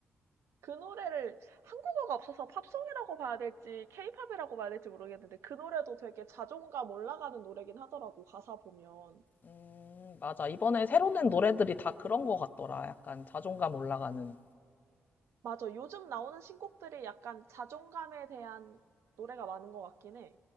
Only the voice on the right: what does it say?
그 노래를 한국어가 없어서 팝송이라고 봐야 될지 케이팝이라고 봐야 될지 모르겠는데, 그 노래도 되게 자존감 올라가는 노래긴 하더라고, 가사 보면.
맞아, 요즘 나오는 신곡들이 약간 자존감에 대한 노래가 많은 것 같긴 해.